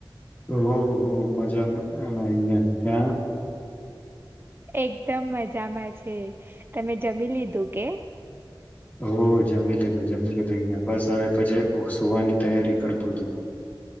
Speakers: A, on the left; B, on the right.
A: હો હો મજામા અમારે ન્યા, ત્યાં?
B: એકદમ મજામાં છે, તમે જમી લીધું કે?
A: ઓ જમી લીધું, જમી લીધુ ઈયા, બસ હવે પછી સુવાની તૈયારી કરતો તો.